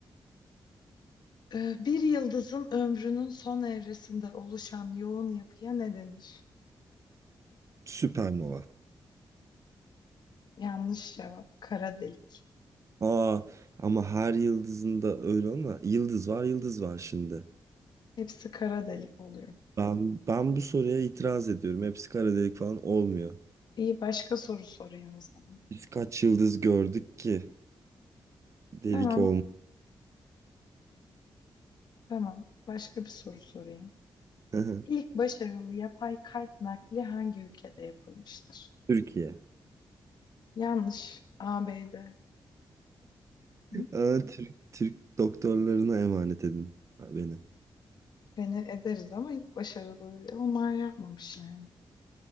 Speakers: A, on the left; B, on the right.
A: Ee, bir yıldızın ömrünün son evresinde oluşan yoğun yapıya ne denir?
B: Süpernova.
A: Yanlış cevap. Kara delik.
B: Aa ama her yıldızında öyle ama yıldız var yıldız var şimdi.
A: Hepsi kara delik oluyor.
B: Ben, ben bu soruya itiraz ediyorum. Hepsi kara delik falan olmuyor.
A: İyi başka soru sorayım o zaman.
B: Biz kaç yıldız gördük ki delik
A: Tamam
B: olmuyor.
A: Tamam. Başka bir soru sorayım.
B: <laughs>
A: İlk başarılı yapay kalp nakli hangi ülkede yapılmıştır?
B: Türkiye.
A: Yanlış. ABD. Hı?
B: Aa, Türk, Türk doktorlarına emanet edin beni.
A: Beni ederiz ama ilk başarılı onlar yapmamış yani.